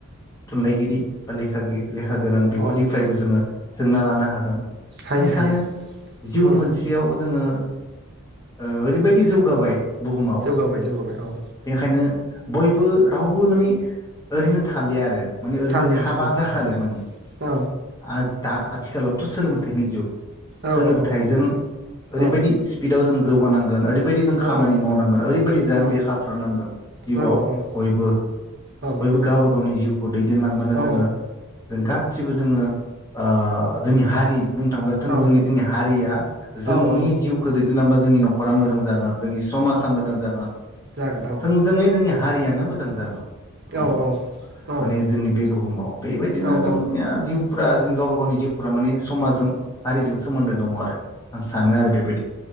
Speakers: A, on the left (about 15°); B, on the right (about 45°).
A: थुनलाइगिरि बा लेखा गि लेखा गोरों बेफोरनिफ्रायबो
B: औ
A: जोंङो सोंना लानो हा हागोन। आं
B: हायो हायो
A: सानो जिउ
B: उम
A: मोनसेयाव जोंङो ओ ओरैबायदि जौगाबाय। बुहुमाव
B: जौगाबाय जौगाबाय औ
A: बेनिखायनो बयबो रावबो माने ओरैनो थालिया आरो। माने ओरैनो
B: थालिया
A: थाबा
B: थालिया
A: जाखालिया माने
B: औ
A: आ दा आथिखालावथ' सोलों थाइनि जुग
B: औ
A: सोलोंथाइजों
B: औ
A: ओरैबायदि
B: औ
A: स्पिडआव जों जौगानांगोन ओरै बायदि जों खामानि
B: औ औ
A: मावनांगोन ओरैबायदि जानजि
B: उम
A: खाफ्रानांगोन जिउआव
B: औ औ
A: बयबो
B: औ
A: बयबो गावबा गावनि जिउ <unintelligible> <unintelligible>
B: औ
A: जोंङो <unintelligible> थिबो जोंङो ओ जोंनि हारि बुंनो थांब्ला थोंजोङै
B: औ
A: जोंनि हारिया जोंनि
B: औ औ
A: जिउखौ दैदेनलांबा जोंनि न'खरा मोजां जागोन। जोंनि समाजा मोजां जागोन
B: जागोन औ
A: थोंजोङै जोंनि हा हारियानो मोजां जागोन। जिउआव
B: औ औ
A: माने जोंनि बे बुहुमाव बेबायदिनो
B: औ
A: जोंनिया जिउ फोरा जों गावबा गावनि जिउफोराव माने समाजजों हारिजों सोमोन्दो दङ आरो आं सानो आरो बेबायदि।